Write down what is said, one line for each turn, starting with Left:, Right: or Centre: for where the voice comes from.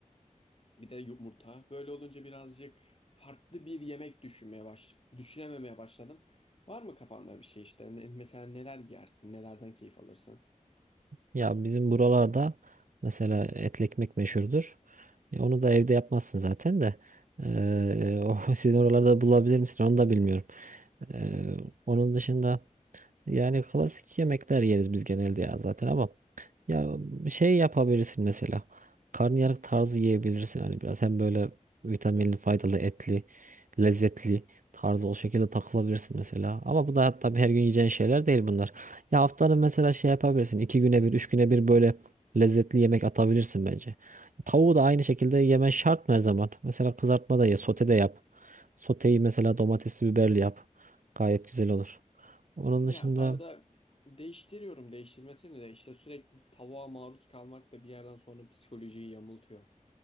Left: bir de yumurta. Böyle olunca birazcık farklı bir yemek düşünmeye baş düşünememeye başladım. Var mı kafanda bir şey işte? Ne- Mesela neler yersin? Nelerden keyif alırsın?
Right: ya bizim buralarda mesela etli ekmek meşhurdur. Ya onu da evde yapmazsın zaten de. Ee, e, o <laughs> sizin oralarda bulabilir misin onu da bilmiyorum. Ee, onun dışında Yani klasik yemekler yeriz biz genelde ya zaten ama ya şey yapabilirsin mesela. Karnıyarık tarzı yiyebilirsin hani biraz hem böyle vitaminli, faydalı, etli, lezzetli tarzı o şekilde takılabilirsin mesela. Ama bu da tabii her gün yiyeceğin şeyler değil bunlar. Ya haftanın mesela şey yapabilirsin. iki güne bir, üç güne bir böyle lezzetli yemek atabilirsin bence. Tavuğu da aynı şekilde yemen şart mı her zaman? Mesela kızartma da ye, sote de yap. Soteyi mesela domatesli biberli yap. Gayet güzel olur. Onun
Left: Ya
Right: dışında
Left: arada değiştiriyorum değiştirmesini de işte sürekli tavuğa maruz kalmak da bir yerden sonra psikolojiyi yamultuyor.